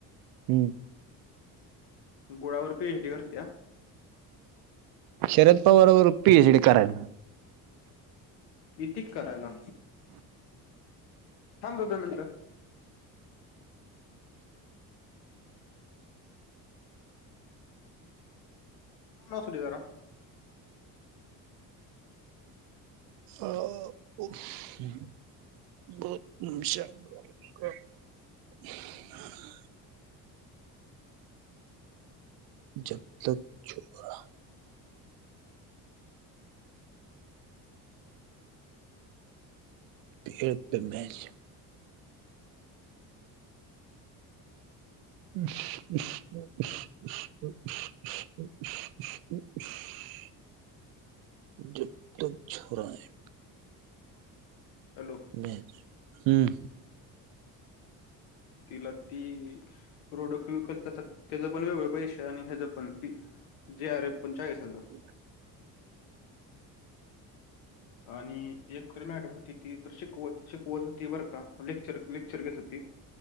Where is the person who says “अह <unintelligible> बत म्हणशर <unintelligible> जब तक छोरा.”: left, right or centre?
Right